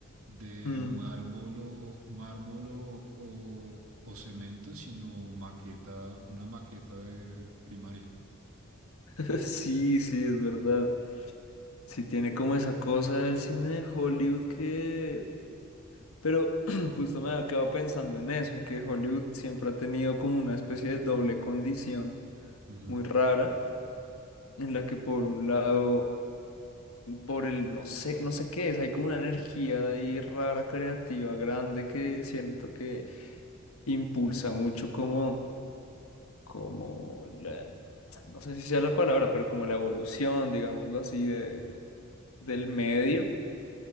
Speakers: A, on the right; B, on the left.
A: de
B: Mm,
A: mármol o, mármol o, o- o cemento, sino maqueta, una maqueta de primaria.
B: <laughs> Sí, sí, es verdad. Sí tiene como esa cosa del cine de Hollywood que... Pero <clears throat> justo me había quedado pensando en eso, en que Hollywood siempre ha tenido como una especie de doble condición
A: Ujú.
B: muy rara en la que por un lado por el, no sé, no sé qué es, hay como una energía de ahí rara, creativa, grande, que siento que impulsa mucho como, como la, no sé si sea la palabra, pero como la evolución, digámoslo así, de, del medio,